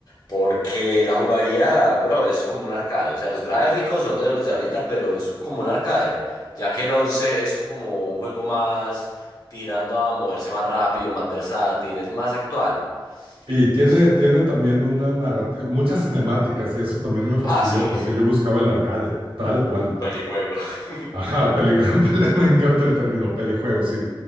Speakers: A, on the left (about 50°); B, on the right (about 75°).
A: Porque la jugabilidad, bro, es como un arcade. O sea, los gráficos son de los de ahorita, pero es como un arcade. Ya que el 11 es un- como un juego más tirando a moverse más rápido, más versátil, es más actual.
B: Y
A: Y pues,
B: tiene, tiene también una narrativa, muchas cinemáticas y eso también me fastidió
A: ah, sí,
B: porque yo buscaba el arcade, tal
A: un
B: cual.
A: pelijuego. <laughs>
B: Ajá, peli- <laughs> me encanta el término pelijuego, sí.